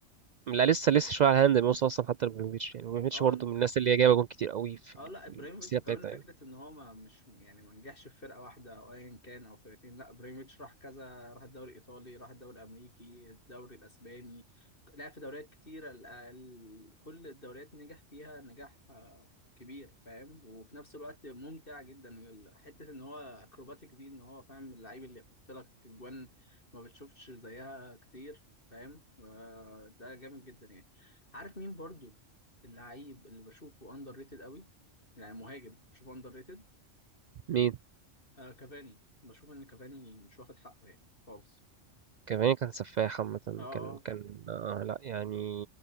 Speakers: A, on the right (about 80°); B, on the left (about 45°).
A: لا لسه لسه شويه على هاند بيوصل اصلا حتى لابراهيموفيتش يعني ابراهيموفيتش
B: اه
A: برضه من الناس اللي هي جايبه جون كتير قوي في
B: اه
A: ال-
B: لا ابراهيموفيتش
A: في السيره
B: وكمان
A: بتاعتها
B: فكره
A: يعني
B: ان هو ما مش يعني ما نجحش في فرقه واحده او ايا كان او فرقتين لا ابراهيموفيتش راح كذا راح الدوري الايطالي راح الدوري الامريكي الدوري الاسباني لعب في دوريات كتيره ال- ال- كل الدوريات نجح فيها نجاح آه، كبير فاهم وفي نفس الوقت ممتع جدا ال- حته ان هو اكروباتيك دي ان هو فاهم اللعيب اللي يحط لك جوان ما بتشوفش زيها كتير فاهم آه، ده جامد جدا يعني عارف مين برضو اللعيب اللي بشوفه اندر ريتد قوي يعني مهاجم بشوفه اندر ريتد
A: مين
B: آه كافاني بشوف ان كافاني مش واخد حقه يعني خالص
A: كافاني كان سفاح عامة
B: اه
A: كان كان آه لا يعني